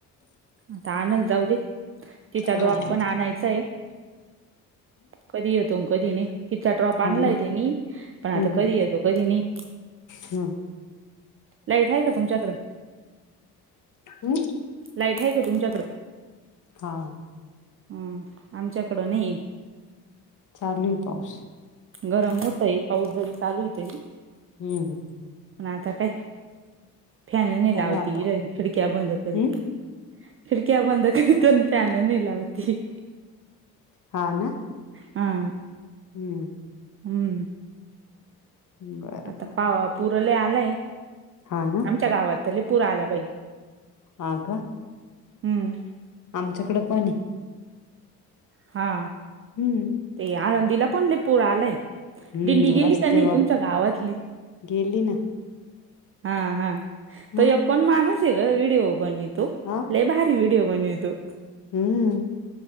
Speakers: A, on the right; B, on the left.
A: आता आणल जाऊ दे तिथं
B: हा
A: ड्रॉप
B: हम्म
A: पण आणायचं आहे. कधी येतो कधी नाही तिचा ड्रॉप आणलाय
B: हो ना
A: ते नि
B: हम्म
A: पण आता कधी
B: हम्म
A: येतो कधी नाही
B: हम्म
A: लाईट आहे का तुमच्याकडं
B: हम्.
A: लाईट आहे का तुमच्याकडें
B: हा.
A: हम आमच्याकडं नाही.
B: चालू पावस
A: गरम होतय पाऊस जरी चालू आहे तरी
B: हम् हम.
A: पण आता काय फॅन नाही
B: पाहू
A: लावती
B: आता
A: खिडक्या बंद करीते.
B: हम्म
A: खिडक्या बंद कर. दोन पॅन नलावती
B: हा ना
A: हा.
B: हम्म.
A: हम्म
B: बर
A: आता
B: बर
A: पा पुरले आलाय.
B: हा ना.
A: च्या गावातले पुूरा आला बाई.
B: आग.
A: हम्म.
B: आमच्याकडे पण आहे.
A: हा.
B: हम्म.
A: ते आळंदीला पण लय पूर आलाय
B: हम्म
A: दिंडी गेली
B: रस्ते
A: का नाही
B: वा
A: तुमच्या गावातली
B: गेली ना.
A: हा हा त
B: मग
A: यकोण मानूस का व्हडीिओ बन तू
B: हा.
A: लई भारी वीडिओ बणेतो.
B: हम्म.